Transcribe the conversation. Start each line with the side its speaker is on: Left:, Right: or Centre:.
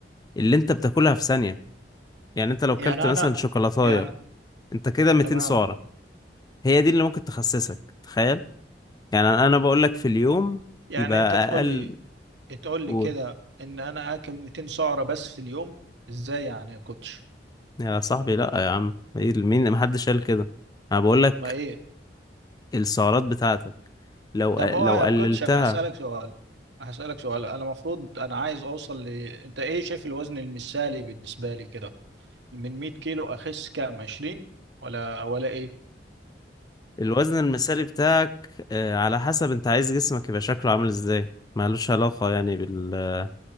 Left: اللي انت بتاكلها في ثانية يعني انت لو كلت
Right: يعني
Left: مثلا
Right: انا
Left: شوكولاتاية
Right: يعني
Left: انت كده 200
Right: تمام
Left: سعرة هي دي اللي ممكن تخسسك تخيل يعني انا بقول لك في اليوم
Right: يعني
Left: يبقى
Right: انت تقول
Left: اقل
Right: لي تقول لي
Left: قول
Right: كده ان انا اكل 200 سعرة بس في اليوم ازاي يعني يا كوتش
Left: يا صاحبي لا يا عم ايه مين محدش قال كده انا بقول لك
Right: ما ايه
Left: السعرات بتاعتك لو
Right: طب هو
Left: لو
Right: يا
Left: قللتها
Right: كوتش انا هسألك سؤال هسألك سؤال انا المفروض انا عايز اوصل ل... انت ايه شايف الوزن المثالي بالنسبة لي كده من 100 كيلو اخس كام 20 ولا ولا ايه
Left: الوزن المثالي بتاعك آه، على حسب انت عايز جسمك يبقى شكله عامل ازاي مالوش علاقة يعني بال